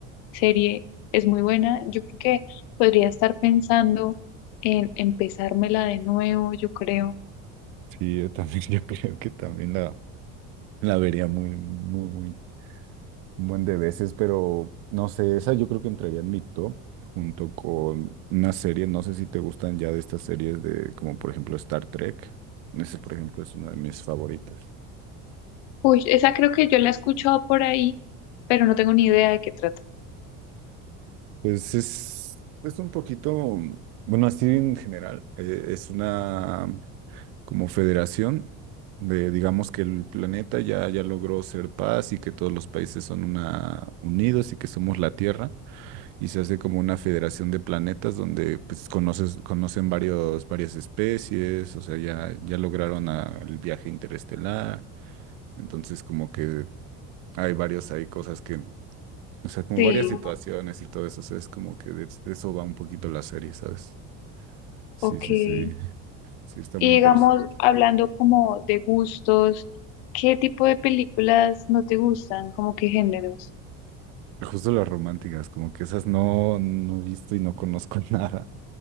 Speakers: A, on the left (about 80°); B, on the right (about 70°).
A: serie es muy buena. Yo creo que podría estar pensando en empezármela de nuevo, yo creo.
B: Sí, yo también, <laughs> yo creo que también la, la vería muy, muy, muy. un buen de veces, pero no sé, esa yo creo que entraría en mi top junto con una serie, no sé si te gustan ya de estas series de, como por ejemplo Star Trek. Ese, por ejemplo, es una de mis favoritas.
A: Uy, esa creo que yo la he escuchado por ahí, pero no tengo ni idea de qué trata.
B: Pues es, es un poquito, bueno, así en general, eh, es una como federación de, digamos que el planeta ya, ya logró ser paz y que todos los países son una, unidos y que somos la Tierra. y se hace como una federación de planetas donde pues conoces, conocen varios, varias especies, o sea, ya, ya lograron a- el viaje interestelar, entonces como que hay varios, hay cosas que, o sea, como
A: Sí,
B: varias situaciones y todo eso, o sea, es como que de, de eso va un poquito la serie, ¿sabes? Sí,
A: ok.
B: sí,
A: Y
B: sí, sí, está muy
A: digamos,
B: interesante.
A: hablando como de gustos, ¿qué tipo de películas no te gustan? ¿Como qué géneros?
B: Justo las románticas, como que esas no, no he visto y no conozco <laughs> nada.